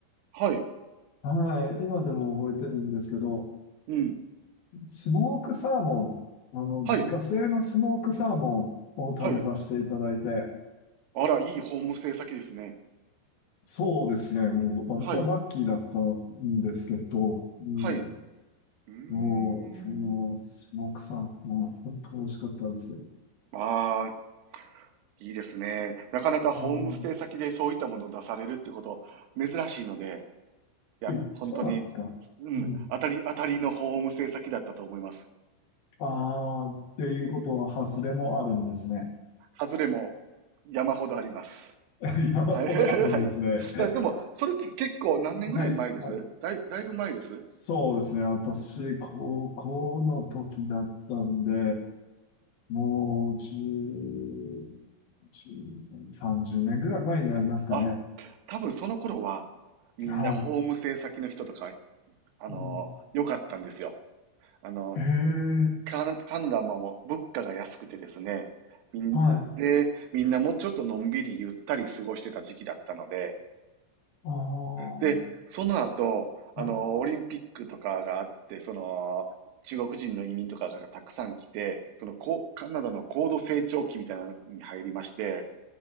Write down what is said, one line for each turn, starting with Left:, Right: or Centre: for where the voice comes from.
Right: はい。
Left: はい。今でも覚えてるんですけど、
Right: うん。
Left: スモークサーモン、あの、
Right: はい。
Left: 自家製のスモークサーモンを食べさせていただいて、
Right: はい。あら、いいホームステイ先ですね。
Left: そうですね。もう、私はラッキーだったんですけど、
Right: はい、
Left: うん。
Right: はい。うーん。
Left: もう、その、スモークサーモン、本当美味しかったです。
Right: ああ、いいですね。なかなかホームステイ先でそういったものを出されるっていうこと、
Left: うん。
Right: 珍しいので、いや、
Left: え、
Right: 本当に、
Left: そうなんですかうん。
Right: うん、当たり、当たりのホームステイ先だったと思います。
Left: ああ、っていうことは、外れもあるんですね。
Right: 外れも山ほどあります。
Left: <laughs> 山ほどあるんですね。
Right: はい、<laughs> はい。だでも、それって結構何年ぐらい前ですだい、
Left: はい、はい。
Right: だいぶ前です
Left: そうですね。私、高校の時だったんで、もう、10、10 30年ぐらい前になりますかね。
Right: あ、多分その頃は、みんなホームステイ先の人とか、
Left: はい。
Right: あの良かったんですよ。
Left: うん
Right: あの
Left: ええ、
Right: カナ、カナダも物価が安くてですね、みん、
Left: はい。
Right: で、みんなもうちょっとのんびりゆったり過ごしてた時期だったので、
Left: ああ、はい。
Right: で、その後、あの、
Left: はい。
Right: オリンピックとかがあって、その、中国人の移民とかがたくさん来て、その、こう、カナダの高度成長期みたいなのに入りまして、